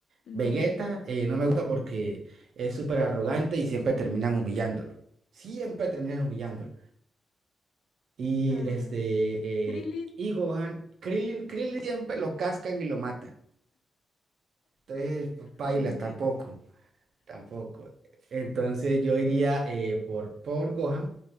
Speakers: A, on the left; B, on the right.
A: Mm,
B: Vegeta eh, no me gusta porque es súper arrogante y siempre terminan humillándolo. Siempre terminan humillándolo. Y
A: ah,
B: este,
A: Krillin.
B: eh, y Gohan, Krillin, Krillin siempre lo cascan y lo matan. Entonces, pailas
A: eh, Bueno,
B: tampoco, tampoco. Entonces yo iría eh, por, por Gohan,